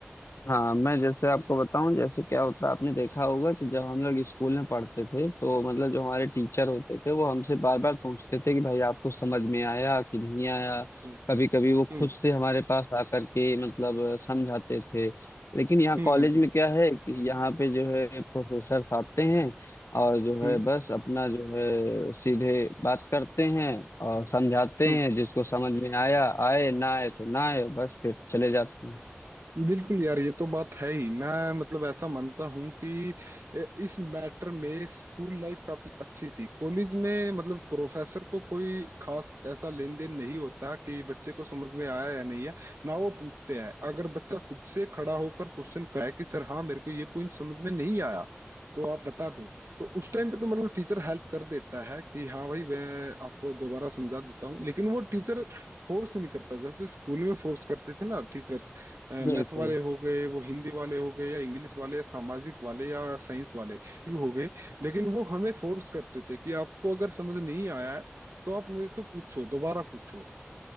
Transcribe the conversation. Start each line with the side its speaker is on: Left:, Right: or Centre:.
Left: हाँ मैं जैसे आपको बताऊं जैसे क्या होता है आपने देखा होगा कि जब हम लोग स्कूल में पढ़ते थे तो मतलब जो हमारे टीचर होते थे वो हमसे बार बार पूछते थे कि भाई आपको समझ में आया कि नहीं आया
Right: हम्म
Left: कभी कभी वो
Right: हम्म
Left: खुद से हमारे पास आकर के मतलब समझाते थे लेकिन यहाँ
Right: हम्म
Left: कॉलेज
Right: हम्म
Left: में क्या है कि यहाँ पे जो है प्रोफेसर आते हैं और जो
Right: हम्म
Left: है बस अपना जो है सीधे बात करते हैं और समझाते
Right: हम्म,
Left: हैं जिसको समझ में आया आए ना आए तो ना आए बस फिर चले जाते हैं
Right: बिल्कुल यार ये तो बात है ही मैं मतलब ऐसा मानता हूँ कि इस मैटर में स्कूल लाइफ काफी अच्छी थी कॉलेज में मतलब प्रोफेसर को कोई खास ऐसा लेन देन नहीं होता कि बच्चे को समझ में आया या नहीं है ना वो पूछते हैं अगर बच्चा खुद से खड़ा होकर क्वेश्चन कराए कि सर हाँ मेरे को ये पॉइंट समझ में नहीं आया तो आप बता दो तो उस टाइम पे तो मतलब टीचर हेल्प कर देता है कि हाँ भाई मैं आपको दोबारा समझा देता हूँ लेकिन वो टीचर फोर्स नहीं करता जैसे स्कूल में फोर्स करते थे ना टीचर्स
Left: बिल्कुल
Right: मैथ वाले हो गए वो हिंदी वाले हो गए या इंग्लिश वाले या सामाजिक वाले या साइंस वाले भी हो गए लेकिन वो हमें फोर्स करते थे कि आपको अगर समझ नहीं आया है तो आप मेरे से पूछो दोबारा पूछो